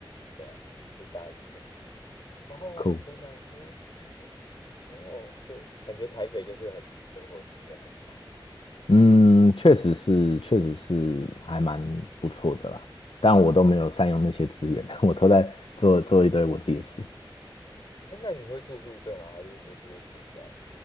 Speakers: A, on the left; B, on the left.
A: 对啊，是大一的。然后我想说，
B: 酷，
A: 嗯，哦，所以感觉台北就是很生活机能很好。
B: 嗯，确实是，确实是还蛮不错的啦。但我都没有善用那些资源，<laughs> 我都在做做一堆我自己的事。
A: 哎，那你会住宿舍吗？还是你就直接住起来？